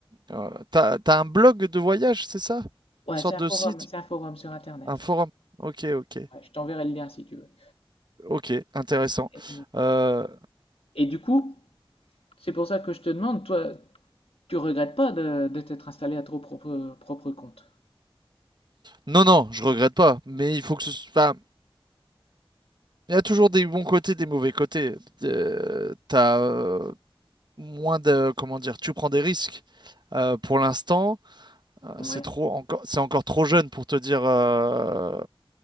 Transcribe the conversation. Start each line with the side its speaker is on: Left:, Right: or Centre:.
Right: euh, t'as, t'as un blog de voyage, c'est ça?
Left: Ouais,
Right: Une sorte
Left: c'est un
Right: de
Left: forum,
Right: site,
Left: c'est un forum sur Internet.
Right: un forum. Ok, ok,
Left: Ouais, je t'enverrai le lien si tu veux.
Right: ok, intéressant.
Left: Et,
Right: Euh,
Left: et du coup, c'est pour ça que je te demande, toi, tu regrettes pas de, de t'être installé à ton propre, propre compte?
Right: non, non, je regrette pas, mais il faut que ce soit. Il y a toujours des bons côtés, des mauvais côtés. Euh, t'as euh, moins de, comment dire, tu prends des risques. Euh, pour l'instant, Euh,
Left: Ouais.
Right: C'est trop encore, c'est encore trop jeune pour te dire euh,